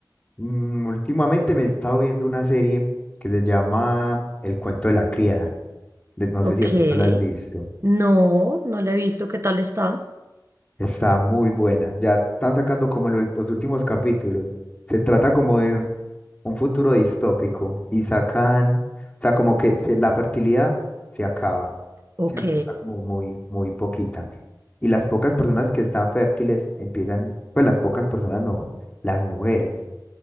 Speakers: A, on the left; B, on the right.
A: Mm, últimamente me he estado viendo una serie que se llama El cuento de la criada. de- no
B: Ok.
A: sé si de pronto la has visto.
B: No, no la he visto. ¿Qué tal está?
A: Está muy buena. Ya están sacando como los los últimos capítulos. Se trata como de Un futuro distópico. Y sacan, o sea, como que se- la fertilidad se acaba,
B: Ok.
A: ¿cierto? Está como muy, muy poquita. Y las pocas personas que están fértiles empiezan, pues las pocas personas no, las mujeres.